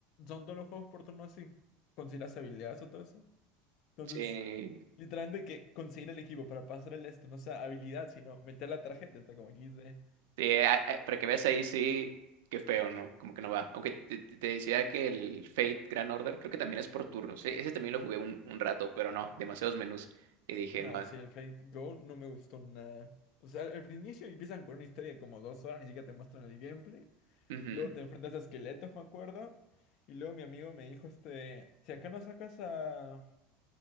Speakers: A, on the left; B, on the right.
A: son todos los juegos por turno así. Conseguir las habilidades o todo eso. Entonces,
B: sí.
A: literalmente que conseguir el equipo para pasar el esto, no sea habilidad, sino meter la tarjeta, está como aquí dice.
B: Sí, a- a- para que veas ahí, sí, qué feo, ¿no? Como que no va. Aunque te, te- te decía que el Fate Grand Order creo que también es por turnos. e- Ese también lo jugué un, un rato, pero no, demasiados menús. Y dije,
A: No,
B: no,
A: si el Fate Go no me gustó nada. O sea, al inicio empiezan con una historia de como dos horas, ni siquiera te muestran el gameplay.
B: ujú,
A: Luego te enfrentas a esqueletos, me acuerdo. Y luego mi amigo me dijo, este, si acá no sacas a...